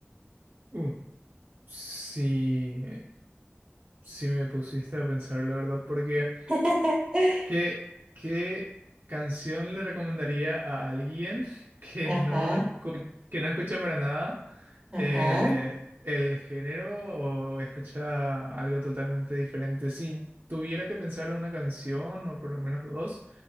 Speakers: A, on the right; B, on the right.
A: Uh, sí, sí me pusiste a pensar, la verdad, porque...
B: <laughs>
A: ¿Qué, qué canción le recomendaría a alguien <laughs> que
B: Ajá,
A: no, escu- que no escucha para nada
B: ajá,
A: eh, el género o escucha algo totalmente diferente? Si tuviera que pensar una canción o por lo menos dos,